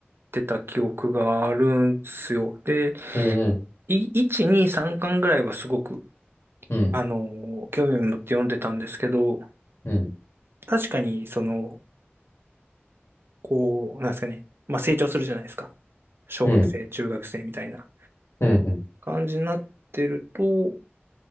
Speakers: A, on the right; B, on the left.
A: てた記憶があるんすよ。で、
B: うん、うん、
A: い、1、2、3巻ぐらいはすごく、
B: うん、
A: あのー興味を持って読んでたんですけど、
B: うん、
A: 確かに、その、こう、なんですかね、まあ成長するじゃないですか。小学生、
B: うん、
A: 中学生みたいな
B: うん、
A: 感じになってると、